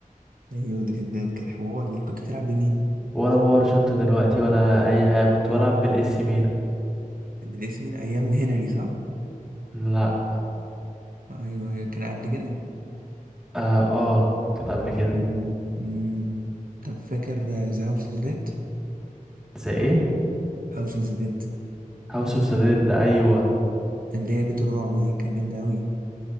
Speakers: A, on the right; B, in the centre.
A: ايوه دي كانت دي كانت حوار دي كنت بتلعب بمين
B: ولا باور شوت دلوقتي ولا اي حاجه كنت بلعب بالاس ميلان
A: بالاسم مين ايام هنري صح
B: لا
A: ايوه كان قبل كده
B: اه, آه. كانت قبل كده
A: امم أمم. طب فاكر ذا هاوس اوف زد؟
B: زي ايه
A: هاوس اوف ذا ديد
B: هاوس اوف ذا ديد ايوه
A: اللي هي بيت الرعب دي كانت جامدة أوي